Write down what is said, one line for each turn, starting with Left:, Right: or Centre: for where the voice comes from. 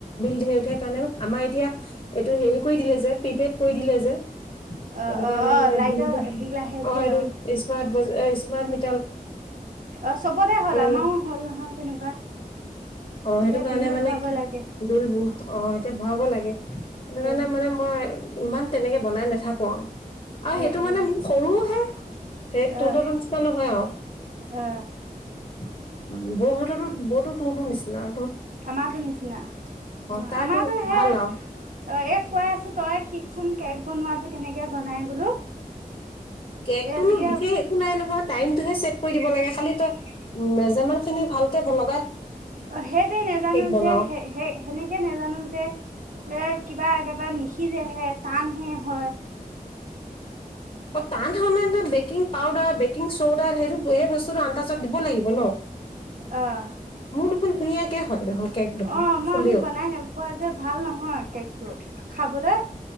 Left: উঠে উঠে কাৰণে আমাৰ এতিয়া এইটো হেৰি কৰি দিলে যে প্ৰিপেড কৰি দিলে যে।
Right: অ',
Left: সেইটো
Right: অ',
Left: কাৰণে
Right: অ',
Left: মানে
Right: লাইটৰ
Left: বিলটো
Right: বিল আহে
Left: অ
Right: যে
Left: এইটো স্মাৰ্ট বজ এই স্মাৰ্ট মি
Right: অ চবতে হ'ল আমাৰো
Left: মানে
Right: হ'ল নহয় তেনেকুৱা।
Left: অ
Right: এতিয়া
Left: সেইটো কাৰণে
Right: বিল
Left: মানে
Right: ভৰাব
Left: কি
Right: লাগে।
Left: বিলবোৰ অ এতিয়া ভৰাব লাগে। সেইটো
Right: সেই
Left: কাৰণে মানে মই ইমান তেনেকে বনাই নাথাকো আৰু। আৰু
Right: এ
Left: সেইটো মানে
Right: এ
Left: মোৰ সৰুহে সেই তোৰততো
Right: অ',
Left: নিচিনা নহয় আৰু।
Right: অ',
Left: বৌহঁতৰো বৌতো তোৰতো নিচিনা।
Right: আমাৰটো নিচিনা। অ
Left: তাইতো
Right: আমাৰটো সেই
Left: ভাল আৰু
Right: এক কৈ আছো তই শিক চোন কেক বনোৱাটো কেনেকে বনাই বোলো।
Left: কেকটোনো
Right: এ তেতিয়া
Left: বিশেষ একো নাই নহয় টাইমতটোহে চেট কৰি দিব লাগে খালি তই মেজাৰ্মেনখিনি ভালকে বল
Right: অ সেইটোৱে নাজানো
Left: বনাও
Right: যে সেই সেই সেনেকে নাজানো যে ব কিবা একেবাৰে নিসিজেহে টানহে হয়।
Left: অ টান সময় বেকিং পাউডাৰ, বেকিং চৌডাৰ সেই সেই বস্তু আন্তাজাত দিব লাগিব ন।
Right: অহ।
Left: মোৰো দুখুন ধুনীয়াকে হয় দেখোন। কেক দেখোন
Right: অ মই
Left: ফুলেও
Right: আমি বনাই নোপোৱা যে ভাল নহয় কেকটো খাবলৈ